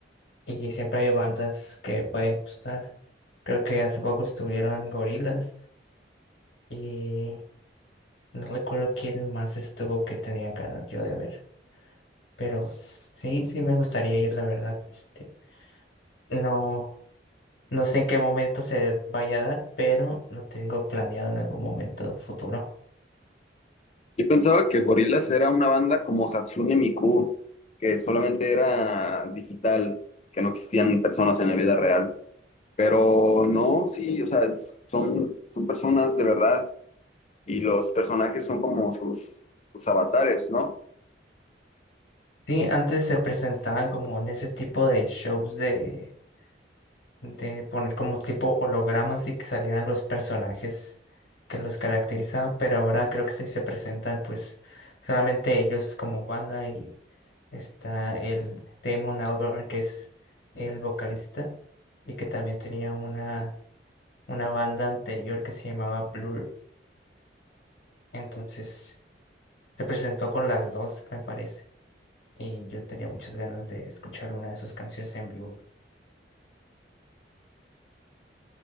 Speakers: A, on the left; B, on the left.
A: y siempre hay bandas que pueden gustar. Creo que hace poco estuvieron Gorilas y no recuerdo quién más estuvo que tenía ganas yo de ver, pero sí, sí me gustaría ir, la verdad, este, no. No sé en qué momento se vaya a dar, pero lo tengo planeado en algún momento futuro.
B: Yo pensaba que Gorillaz era una banda como Hatsune Miku, que solamente era digital, que no existían personas en la vida real. Pero no, sí, o sea, son, son personas de verdad y los personajes son como sus, sus avatares, ¿no?
A: Sí, antes se presentaban como en ese tipo de shows de... de poner como tipo hologramas y que salieran los personajes que los caracterizaban, pero ahora creo que sí se presentan pues solamente ellos como banda y está el Damon Albarn que es el vocalista y que también tenía una, una banda anterior que se llamaba Blur, entonces se presentó con las dos me parece. Y yo tenía muchas ganas de escuchar alguna de sus canciones en vivo.